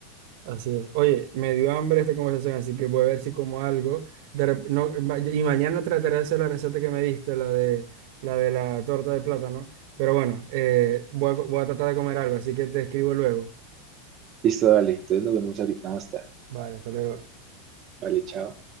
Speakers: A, on the right; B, on the right.
A: Así es. Oye, me dio hambre esta conversación, así que voy a ver si como algo. De rep- no, ma- y mañana trataré de hacer la receta que me diste, la de la, de la torta de plátano. Pero bueno, eh, voy a, voy a tratar de comer algo, así que te escribo luego.
B: Listo, dale. Entonces nos vemos ahorita más tarde.
A: Vale, hasta luego.
B: Vale, chao.